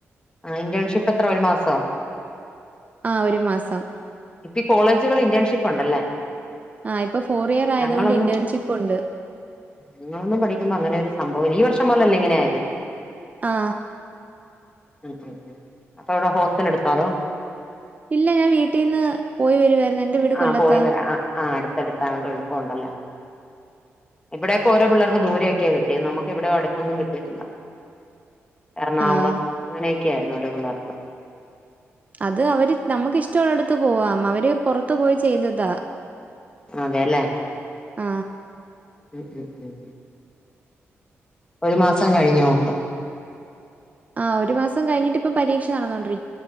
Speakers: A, on the left; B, on the right.
A: ആ ഇന്റേൺഷിപ്പ് എത്ര ഒരു മാസവോ?
B: ആ ഒരു മാസം
A: ഇപ്പ ഈ കോളേജുകൾ ഇന്റേൺഷിപ്പ് ഉണ്ടല്ലേ
B: ആഹ് ഇപ്പൊ ഫോർ ഇയർ ആയതുകൊണ്ട്
A: ഞങ്ങളൊന്നും
B: ഇന്റേൺഷിപ്പ് ഉണ്ട്
A: ഞങ്ങളൊന്നും പഠിക്കുമ്പോ അങ്ങനെ ഒരു സംഭവംഇല്ല ഈ വർ ഇക്കൊല്ലം അല്ലേ ഇങ്ങനെ ആയത്
B: ആ
A: ഉം ഉം ഉം അപ്പൊ അവിടെ ഹോസ്റ്റൽ എടുത്തോ അതോ
B: ഇല്ല ഞാൻ വീട്ടീന്ന് പോയി വരുവായിരുന്നു എന്റെ വീട്
A: ആ
B: കൊല്ലത്താ
A: പോയി വരാം ആ അടു അടുത്തായോണ്ട് എളുപ്പം ഒണ്ടല്ലേ, ഇവിടെയൊക്കെ ഓരോ പിള്ളേർക്ക് ദൂരെയൊക്കെയാ കിട്ടിയത്, നമുക്ക് ഇവിടെ അടുത്തൊന്നും കിട്ടിയിട്ടില്ല. എറണാകുളം
B: ആഹ്
A: അങ്ങനെയൊ ക്കെയായിരുന്നു ഓരോ പിള്ളേർക്ക്
B: അത് അവര് നമക്ക് ഇഷ്ട ഒളളയിടത്ത് പോവാ, അവര് പൊറത്തു പോയി ചെയ്തതാ.
A: അതെല്ലേ
B: ആ
A: ഉം ഉം ഉം ഒരു മാസം കഴിഞ്ഞോണ്ട്
B: ആ ഒരു മാസം കഴിഞ്ഞിട്ട് ഇപ്പ പരീക്ഷ നടന്നു കൊണ്ടിരി